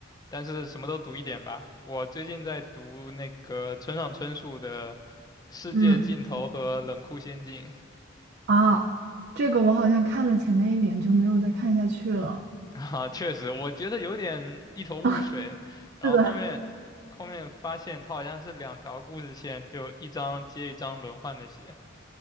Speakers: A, on the left; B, on the right.
A: 但是什么都读一点吧。我最近在读那个村上春树的《世界尽头和冷酷仙境》
B: 嗯。啊，这个我好像看了前面一点就没有再看下去了
A: <laughs> 啊，确实，我觉得有点一头雾水，
B: <laughs>。
A: 然后后面后面发现他好像是两条故事线，
B: 是的，
A: 就一章接一章轮换的写，